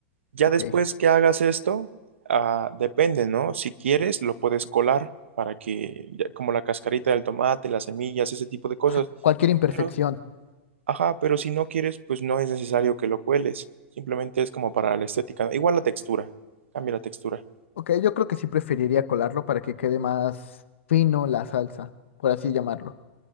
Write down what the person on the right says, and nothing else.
Ya
después
que hagas esto, ah, depende, ¿no? Si quieres, lo puedes colar para que, ya- como la cascarita del tomate, las semillas, ese tipo de cosas.
Pero, ajá, pero si no quieres, pues no es necesario que lo cueles. Simplemente es como para la estética. ¿no? Igual la textura, cambia la textura.